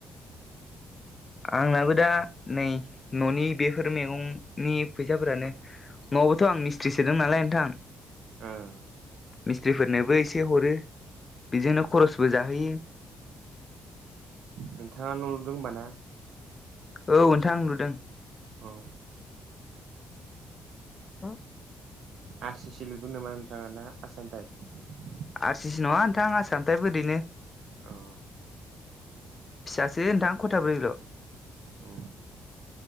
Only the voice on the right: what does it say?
<inaudible>
उम
नोंथाङा न' लुदों होनबा ना।
औ।
आरसिसि लुदों नामा नोंथाङा ना आसाम टाइप।
औ
औ